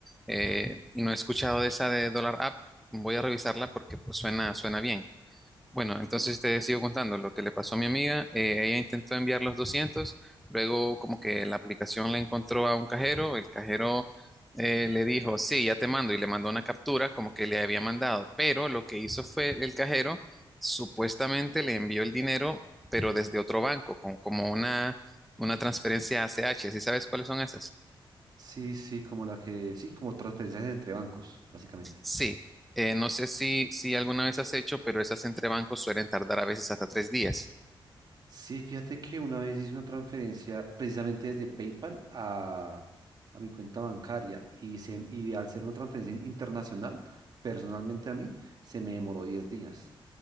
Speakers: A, in the centre; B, on the right.
A: eh, y no he escuchado de esa de Dollar App, voy a revisarla porque pues, suena, suena bien. Bueno, entonces te sigo contando lo que le pasó a mi amiga. eh, ella intentó enviar los 200, luego como que la aplicación la encontró a un cajero, el cajero eh, le dijo, sí, ya te mando y le mandó una captura como que le había mandado, pero lo que hizo fue el cajero supuestamente le envió el dinero, pero desde otro banco, con, como una, una transferencia ACH. ¿Sí sabes cuáles son esas?
B: Sí, sí, como la que, sí, como transferencias entre bancos, básicamente.
A: Sí, eh, no sé si, si alguna vez has hecho, pero esas entre bancos suelen tardar a veces hasta tres días.
B: Sí, fíjate que una vez hice una transferencia precisamente desde PayPal a, a mi cuenta bancaria y, se, y al ser una transferencia internacional, personalmente a mí, se me demoró 10 días.